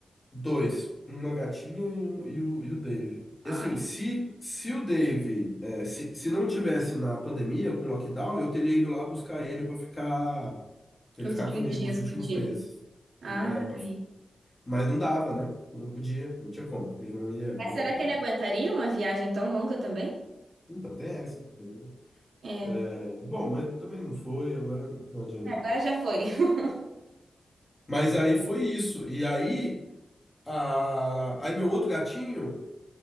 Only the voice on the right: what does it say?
Ai.
Os
últimos
dias
contigo.
Ai.
Mas
será
que ele aguentaria uma viagem tão longa também?
É.
É, Agora já foi. <laughs>